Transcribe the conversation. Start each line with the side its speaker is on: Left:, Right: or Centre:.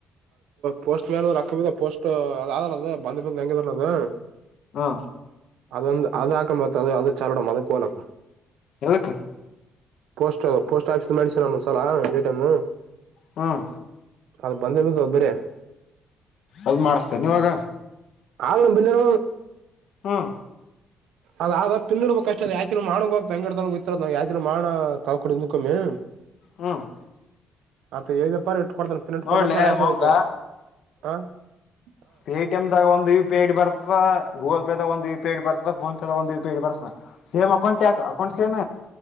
Right: ಪೋಸ್ಟ್ ಮ್ಯಾನ್ ರಕ್ಕಬ ಪೋಸ್ಟ್ ಯಲ್ಲ ಅ ಬಂದಿ ಬ ಎಂಗ ತಲ್ಲದು
Left: ಹ್ಮ
Right: ಅದೊಂದು ಅದ ಹಾಕ ಮತ್ತ ಅದು ಅದ ಚಾಡಮ ಅದ ಕೋಲಾಕ
Left: ಎದಕ್ಕ
Right: ಪೋಸ್ಟ್ ಪೋಸ್ಟ್ ಆಫೀಸ್ ಮಾಡಡಿಸಿನ ಸಲ ಎ ಟೈಮ
Left: ಹ್ಮ್
Right: ಅದು ಬಂದೆ ಮ ಒಬ್ಬರ
Left: ಅದು ಮಾಡಿಸತೇ ನೀವಾಗ
Right: ಆಗ್ಣ ಬನ್ನಣ
Left: ಹ್ಮ್
Right: ಅದ್ <unintelligible> ಪಿಿಡಬಬೇಕಕ್ಷ್ಟ ಅದ ಯಾತ ಮಾಡೋ ಬೆಂಗಡ್ದಯ್ತರದ ನಾವ್ ಯಾತ ಮಾ ಮಾಡ ತಗಕೊಡಿಿಂದ್ ಕಮ್ಮಿ
Left: ಹ್ಮ್
Right: ಮತ್ತ ಹೇಳ್ದಪ್ಪ ಇಟ್ಕಡ್ತನ್ ಪಿನ ಇಟ್
Left: ನೋಡ್ಲೆ
Right: ಕೊಡಪ್ಪಾರ ಆಯ್ತದತ
Left: ಮವಂಗ
Right: ಹ <unintelligible>
Left: ಪೇಟಿಎಮ ದಾಗ ಒಂದು ಯು ಫಿ ಐಡಿ ಬರ್ತ ಗೂಗಲ್ ಪೇದಾಗ ಒಂದು ಯ ಫಿ ಐಡಿ ಬರ್ತ್ತಾ ಫೋನ್ ಪೇದಾಗ ಒಂದು ಯ ಪಿ ಐಡಿ ಬರ್ತ ಸೇಮ್ ಅಕೌಂಟ್ ಯಕ ಅಕೌಂಟ್ ಸೇಮ್